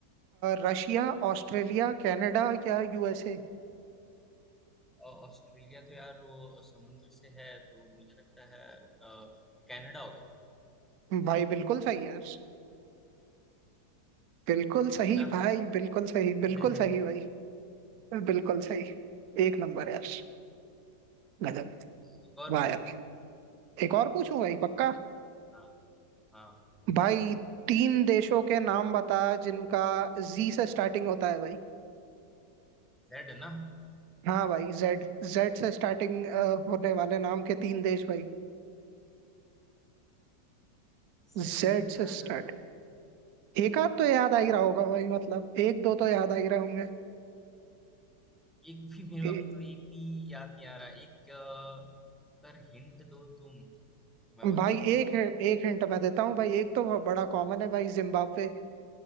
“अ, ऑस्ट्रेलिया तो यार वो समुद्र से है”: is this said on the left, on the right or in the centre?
Centre